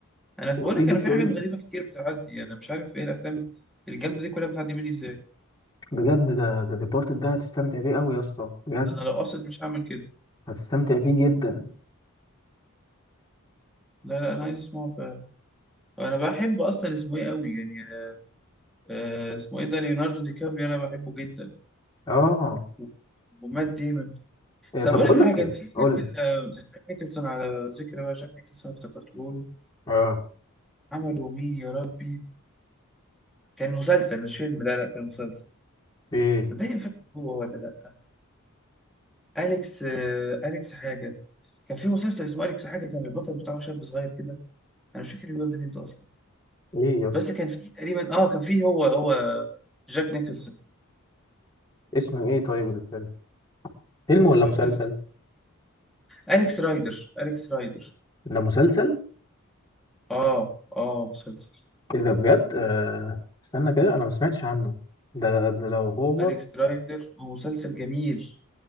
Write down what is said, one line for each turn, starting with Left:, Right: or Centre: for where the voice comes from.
Centre: انا بقول
Left: <laughs> وتيجي
Centre: لك انا
Left: تقول
Centre: في حاجات غريبه كتير بتعدي انا مش عارف ايه الافلام الجامده دي كلها بتعدي مني ازاي
Left: بجد ده ذا ديبارتد ده هتستمتع بيه قوي يا اسطى بجد
Centre: ده انا لو قاصد مش هعمل كده
Left: هتستمتع بيه جدا
Centre: لا لا انا عايز اسمعه فعلا انا بحب اصلا اسمه ايه قوي يعني أنا- آه اسمه ايه ده ليوناردو دي كابريو انا بحبه جدا
Left: اه
Centre: و- ومات ديمون
Left: إيه
Centre: طب
Left: طب
Centre: اقول
Left: بقول
Centre: لك
Left: لك
Centre: حاجه
Left: ايه
Centre: انا في فيلم
Left: قول
Centre: ل-
Left: لي
Centre: لجاك نيكلسون على ذكر بقى جاك نيكلسون افتكرته له
Left: اه
Centre: عمله مين يا ربي كان مسلسل مش فيلم لا لا كان مسلسل
Left: ايه
Centre: صدقني ما فاكر هو ولا لا أليكس آه، أليكس حاجة كان في مسلسل اسمه اليكس حاجه كان البطل بتاعه شاب صغير كده انا مش فاكر الواد ده مين ده اصلا
Left: ايه يا اسطى
Centre: بس كان في تقريبا اه كان في هو هو جاك نيكلسون
Left: اسمه ايه طيب الفيلم فيلم
Centre: انا
Left: ولا
Centre: بحاول
Left: مسلسل
Centre: افتكر اليكس رايدر اليكس رايدر
Left: ده مسلسل
Centre: اه اه مسلسل
Left: ايه ده بجد آه استنى كده انا ما سمعتش عنه ده ده لو هو
Centre: اليكس رايدر هو مسلسل جميل